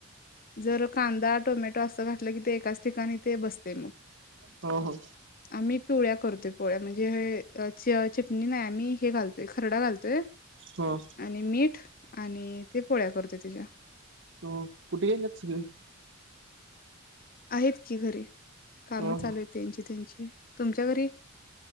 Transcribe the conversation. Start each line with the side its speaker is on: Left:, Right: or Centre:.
Left: जर कांदा टोमॅटो असं घातलं की ते एकाच ठिकाणी ते बसते मग
Right: हो
Left: आम्ही पिवळ्या करतोय पोळ्या म्हणजे हे चटणी नाही आम्ही ालतय खरडालते तर
Right: हो
Left: आणि मीठ आणि ते पोळ्या करतोय त्याच्या
Right: हो कुठे गेल सगळे
Left: आहेत की घरी कामच
Right: हो
Left: चालू
Right: हो
Left: आहे त्यांची त्यांची तुमच्या घरी